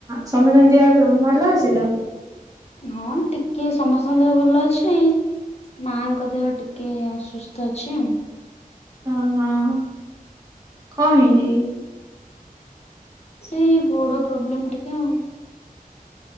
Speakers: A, on the right; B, on the left.
A: ସମତ ଙ୍କ ଦେହ ଭଲ ଅଛି ତ?
B: ହଁ ଟିକେ ସମସ୍ତଙ୍କ ଦେହ ଭଲ ଅଛି ମାଙ୍କ ଦେହ ଟିକେ ଅସୁସ୍ଥ ଅଛି।
A: ଓ ହଁ କଣ ହେଇଛି କି?
B: ସେଇ ଗୋଡ ପ୍ରୋବ୍ଲେମ୍ ଟିକେ ଆଉ।